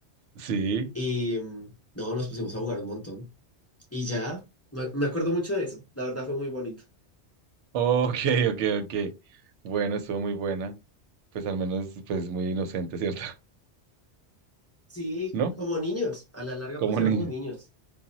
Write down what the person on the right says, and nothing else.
sí.
Ok, ok, ok. Bueno, estuvo muy buena. Pues al menos, pues muy inocente, ¿cierto? <laughs>
¿No?
Como
ni...